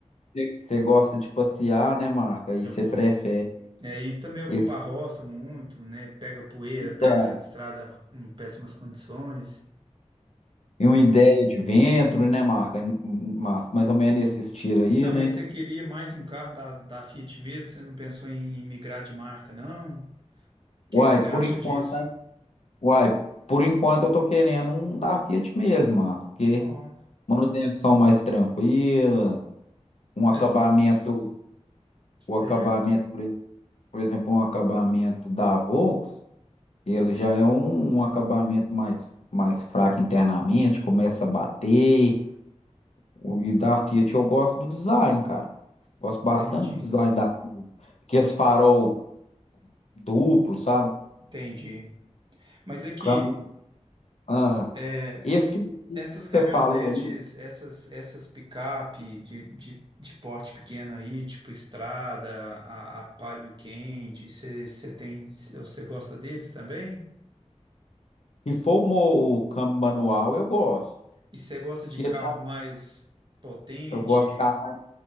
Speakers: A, on the left; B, on the right.
A: Você você gosta de passear, né, Marca? E
B: Eu
A: você
B: gosto.
A: prefere
B: E aí também eu
A: e-
B: vou pra roça muito, né? Pega poeira,
A: Então,
B: pega estrada em péssimas condições.
A: e uma ideia de ventre, né, Marca? Mas mais ou menos nesse estilo aí,
B: Então,
A: né?
B: mas você queria mais um carro da, da Fiat mesmo? Você não pensou em migrar de marca, não? que
A: Uai,
B: que você
A: por
B: acha
A: enquanto,
B: disso?
A: hein? uai, por enquanto eu tô querendo um da Fiat mesmo, Márcio, porque
B: Ó,
A: manutenção mais tranquila, um acabamento,
B: É s- certo,
A: o acabamento, por ex- por exemplo, um acabamento da Volks, ele já é um, um acabamento mais, mais fraco internamente, começa a bater. O e da Fiat eu gosto do design, cara. Gosto
B: entendi,
A: bastante do design da Fiat. Que esse farol duplo, sabe?
B: entendi. Mas aqui,
A: Câmbio. Ah,
B: é, s-
A: esse, esse
B: essas
A: que
B: caminhonetes,
A: você falou aí,
B: essas essas picape de, de, de porte pequeno aí, tipo Estrada, a, a Palio Weekend, você você tem, você gosta deles também?
A: se for o, mo- o câmbio manual, eu gosto.
B: E você gosta de
A: Porque
B: carro
A: tá,
B: mais potente?
A: eu gosto de carro.